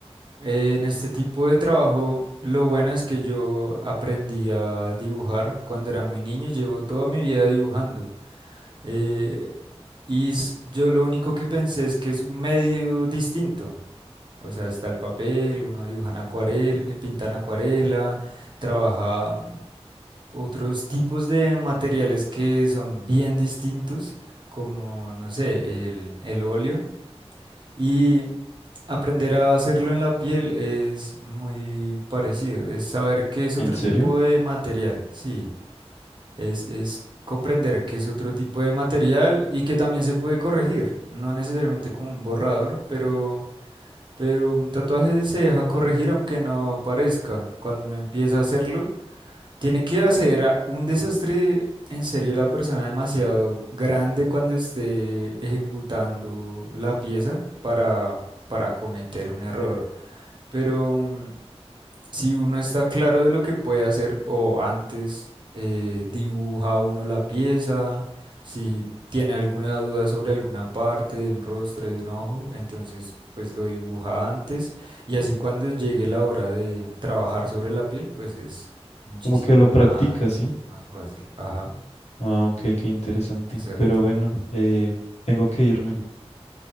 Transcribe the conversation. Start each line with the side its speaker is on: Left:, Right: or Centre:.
Right: Eh, en este tipo de trabajo, lo bueno es que yo aprendí a dibujar cuando era muy niño. Llevo toda mi vida dibujando. Eh, y s- yo lo único que pensé es que es un medio distinto. O sea, está el papel, uno dibujan acuarela, pintan acuarela, trabaja mm, otros tipos de materiales que son bien distintos, como, no sé, el, el óleo. Y aprender a hacerlo en la piel es muy parecido, es saber qué es otro
Left: ¿En serio?
Right: tipo de material, sí, es, es comprender qué es otro tipo de material y que también se puede corregir, no necesariamente como un borrador, pero... Pero un tatuaje se deja corregir aunque no parezca. Cuando uno empieza a hacerlo, tiene que hacer a- un desastre en serio la persona demasiado grande cuando esté ejecutando la pieza para, para cometer un error. Pero mm, si uno está claro de lo que puede hacer o antes eh, dibuja uno la pieza, si tiene alguna duda sobre alguna parte de un rostro, de un ojo, entonces pues lo dibuja antes y así cuando llegue la hora de trabajar sobre la piel, pues es muchísimo
Left: Como que lo practica,
Right: más,
Left: ¿sí?
Right: más fácil. Ajá,
Left: Ah, ok, qué interesante.
Right: exacto.
Left: Pero bueno, eh, tengo que irme.